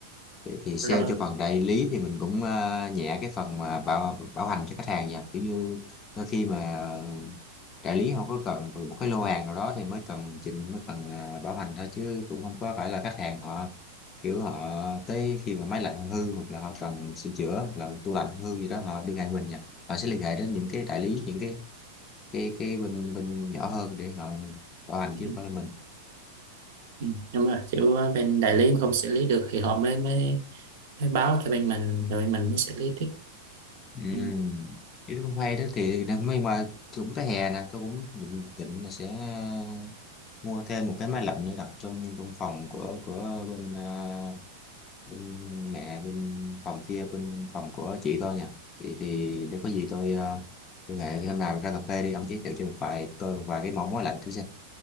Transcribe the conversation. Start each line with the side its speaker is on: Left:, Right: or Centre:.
Left: Vậy thì sale
Right: rộng
Left: cho phần đại lý thì mình cũng ờ, nhẹ cái phần mà bảo bảo hành cho khách hàng nha kiểu như đôi khi mà đại lý không có cần một cái lô hàng nào đó thì mới cần chỉnh mới cần ờ, bảo hành thôi chứ cũng không có phải là khách hàng họ kiểu họ tới khi mà máy lạnh không hư hoặc là họ cần sửa chữa hoặc là tủ lạnh không hư gì đó họ liên hệ mình nha họ sẽ liên hệ đến những cái đại lý những cái cái cái bên bên nhỏ hơn để họ bảo hành
Right: đủ.
Left: chứ không phải là mình
Right: Ừ, đúng rồi kiểu ờ, bên đại lý mà không xử lý được thì họ mới mới, mới báo cho bên mình rồi bên mình mới xử lý tiếp
Left: ừ.
Right: ừ.
Left: Ý không cũng hay đó thì nên- nhưng mà cũng tới hè nè tôi cũng định, định là sẽ ờ, mua thêm một cái máy lạnh nữa đặt trong trong phòng của của bên, ờ, bên mẹ bên phòng kia bên phòng của chị tôi nha thì thì để có gì tôi ờ, tôi hẹn hôm nào ra cà phê đi ông giới thiệu cho một vài tôi một vài cái món máy lạnh thử xem